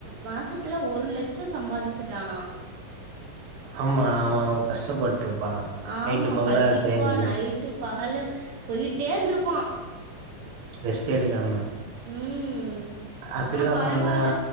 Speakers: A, on the right; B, on the right.
A: மாசத்துல ஒரு லட்சம் சம்பாதிச்சிட்டான
B: ஆமா அவன் அவ்ளோ கஷ்டப்பட்ருப்பா
A: ஆமா
B: நைட்டு பகலா
A: கண்டிப்பா
B: சேஞ்சு
A: நைட்டு பகலு போயிட்டே இருந்திருப்பான்
B: ரெஸ்ட் எடுக்காம
A: ம்
B: அப்பில்லா
A: ஆனா பரவால்ல
B: பண்ணா